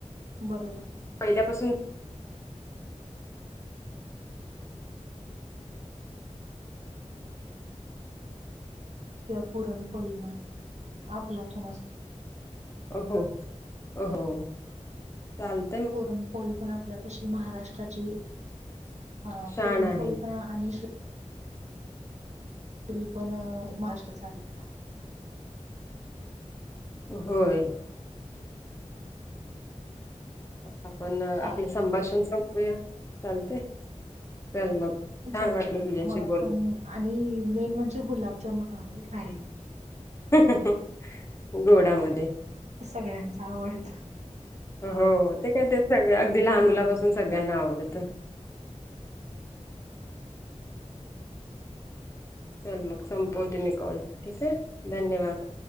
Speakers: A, on the right (about 70°); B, on the left (about 25°).
A: बरोबर.
B: पहिल्यापासून.
A: किंवा पुरणपोळी मण आपलातून असतो.
B: अ हो अ हो चालतय.
A: पुरणपोळी पण आपल्या कशी महाराष्ट्राची. हा
B: छान
A: पुरणपोळी
B: आहे.
A: पणा आणि शू री पण मास्र झाले.
B: होय, आपण आपले
A: चालेल
B: संभाषण संपवूया चालतय चल मग. छान
A: चालेल
B: वाटलं तुझ्याशी
A: मला
B: बोलून
A: पण आणि मेन म्हणजे गुलाबजामन रा राहिल.
B: हम्म हम्म गोडामध्ये.
A: सगळ्यांच आवडत.
B: हो ते काय ते सगळ अगदी लहान मुलापासून सगळ्यांना आवडतं. चल मग संपवते मी कॉल ठीक आहे धन्यवाद.